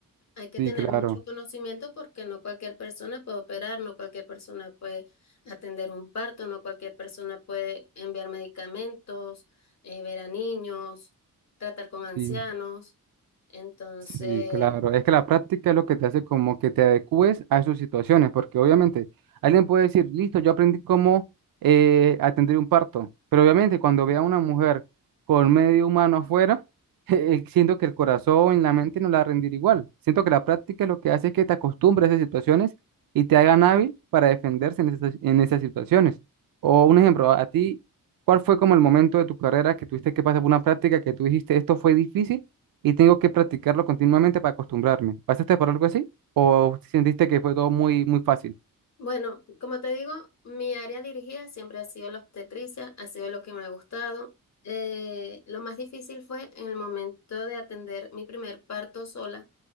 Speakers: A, on the left; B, on the right.
A: Hay que
B: Sí,
A: tener
B: claro.
A: mucho conocimiento porque no cualquier persona puede operar, no cualquier persona puede atender un parto, no cualquier persona puede enviar medicamentos, eh, ver a niños, tratar con ancianos.
B: Sí.
A: Entonces,
B: Sí, claro. Es que la práctica es lo que te hace como que te adecúes a sus situaciones, porque obviamente alguien puede decir, listo, yo aprendí cómo eh, atender un parto, pero obviamente cuando vea a una mujer con medio humano afuera, <laughs> eh, siento que el corazón, la mente no la va a rendir igual. Siento que la práctica lo que hace es que te acostumbres a esas situaciones y te hagan hábil para defenderse en esas, en esas situaciones. O un ejemplo, a a ti, ¿cuál fue como el momento de tu carrera que tuviste que pasar por una práctica que tú dijiste, esto fue difícil? y tengo que practicarlo continuamente para acostumbrarme. ¿Pasaste por algo así? ¿O sentiste que fue todo muy, muy fácil?
A: Bueno, como te digo, mi área dirigida siempre ha sido la obstetricia, ha sido lo que me ha gustado. Eh, lo más difícil fue en el momento de atender mi primer parto sola,